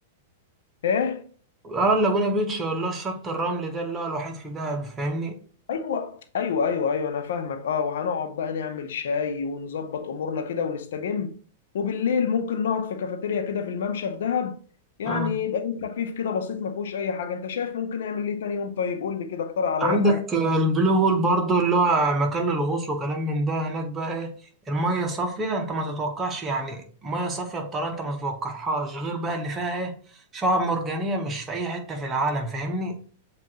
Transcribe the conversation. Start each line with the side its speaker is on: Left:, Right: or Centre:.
Left: ايه
Right: اه اللاجونة بيتش ولا الشط الرملي ده اللي هو الوحيد في دهب فاهمني
Left: ايوه ايوه ايوه ايوه انا فاهمك اه وهنقعد بقى نعمل شاي ونظبط امورنا كده ونستجم وبالليل ممكن نقعد في كافيتيريا كده في الممشى في دهب يعني
Right: اه
Left: يبقى يوم خفيف كده بسيط ما فيهوش اي حاجه انت شايف ممكن نعمل ايه تاني يوم طيب قول لي كده اقترح عليا
Right: عندك
Left: حاجه
Right: البلو هول برضو اللي هو مكان للغوص وكلام من ده هناك بقى ايه المية صافية انت ما تتوقعش يعني مية صافية بطريقة انت ما تتوقعهاش غير بقى اللي فيها ايه شعاب مرجانية مش في اي حتة في العالم فاهمني